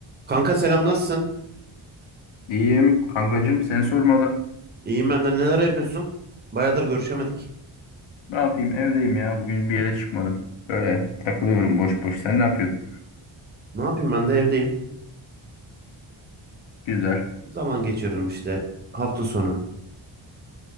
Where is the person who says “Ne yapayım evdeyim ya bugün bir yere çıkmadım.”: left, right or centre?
Left